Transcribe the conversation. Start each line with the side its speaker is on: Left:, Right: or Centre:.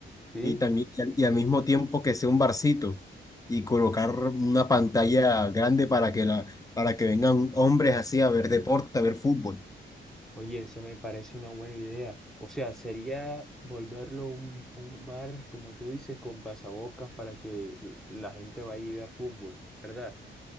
Centre: Sí.
Left: Y también, y al, y al mismo tiempo que sea un barcito y colocar una pantalla grande para que la, para que vengan hombres así a ver deporte, a ver fútbol.
Centre: Oye, eso me parece una buena idea. O sea, sería volverlo un, un bar, como tú dices, con pasabocas para que l- la gente vaya y vea fútbol, ¿verdad?